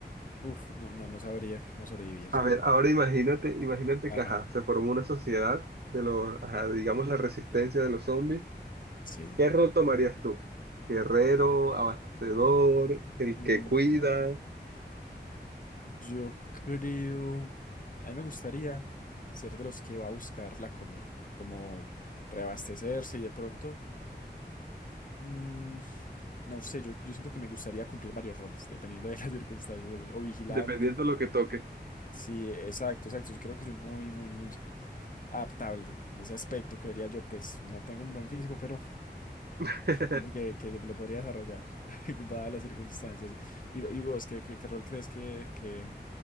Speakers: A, on the left; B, on the right.
A: uff, no, no, no sabría cómo sobrevivir.
B: A ver, ahora imagínate, imagínate
A: Ajá.
B: que, ajá, se formó una sociedad de los, ajá,
A: eh,
B: digamos, la resistencia de los zombies.
A: Sí.
B: ¿Qué rol tomarías tú? Guerrero, abastecedor, el
A: Mm,
B: que cuida,
A: Yo creo, a mí me gustaría ser de los que va a buscar la comida, como reabastecerse y de pronto, mm, no sé, yo, yo siento que me gustaría cumplir varios roles, dependiendo de las <laughs> circunstancias, o vigilante.
B: dependiendo de lo que toque.
A: Sí, exacto, exacto. Yo creo que soy muy, muy adaptable en ese aspecto, creería yo, pues no tengo un buen físico, pero
B: <laughs>
A: siento que, que lo podría desarrollar, <laughs> dadas las circunstancias. Y, y vos, ¿qué, qué, qué rol crees que, que,